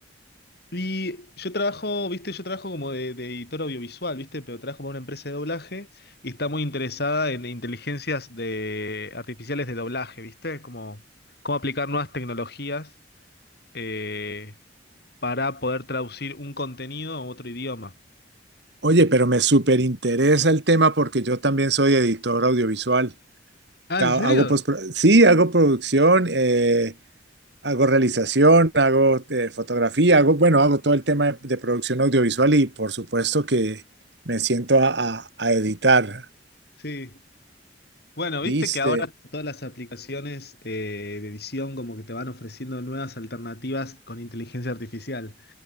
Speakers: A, on the left; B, on the right.
A: Y yo trabajo, viste, yo trabajo como de, de editor audiovisual, viste, pero trabajo para una empresa de doblaje y está muy interesada en inteligencias de artificiales de doblaje, viste, como cómo aplicar nuevas tecnologías eh, para poder traducir un contenido a otro idioma.
B: Oye, pero me súper interesa el tema porque yo también soy editor audiovisual.
A: Ah,
B: Ta-
A: ¿en serio?
B: Hago postpro- sí, hago producción, eh, hago realización, hago eh, fotografía, hago, bueno, hago todo el tema de, de producción audiovisual y por supuesto que me siento a, a- a editar.
A: Sí. Bueno,
B: ¿Viste?
A: viste que ahora todas las aplicaciones eh, de edición como que te van ofreciendo nuevas alternativas con inteligencia artificial.